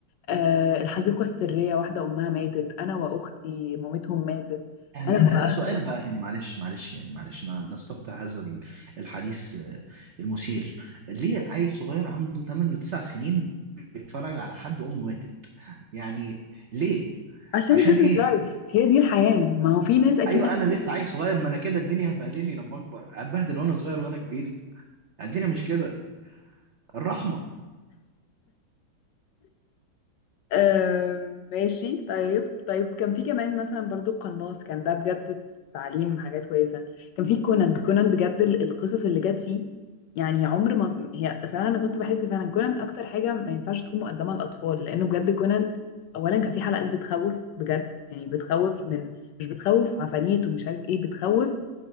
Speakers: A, on the left; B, on the right.
A: آه، الحديقة السرية واحدة أمها ماتت أنا وأختي مامتهم ماتت
B: يعني
A: أنا ياه.
B: آه، سؤال
A: بقى-
B: بقى هنا معلش معلش يعني معلش ن- نستقطع هذا ال- الحديث آه، المثير ليه عيل صغير عنده 8 و9 سنين بيتفرج على حد أمه ماتت يعني ليه
A: عشان
B: عشان
A: this
B: ايه
A: is life هي دي الحياة ما هو في ناس أكيد
B: ايوه انا لسه عيل صغير ما انا كده الدنيا هتبهدلني لما اكبر هتبهدل وانا صغير وانا كبير الدنيا مش كده الرحمة
A: آم، ماشي طيب طيب كان في كمان مثلا برضو قناص كان ده بجد تعليم حاجات كويسة كان في كونان كونان بجد ال- القصص اللي جت فيه يعني عمر ما هي صراحة أنا كنت بحس فعلا كونان أكتر حاجة ما ينفعش تكون مقدمة للأطفال لأنه بجد كونان أولا كان في حلقات بتخوف بجد يعني بتخوف من مش بتخوف عفاريت ومش عارف إيه بتخوف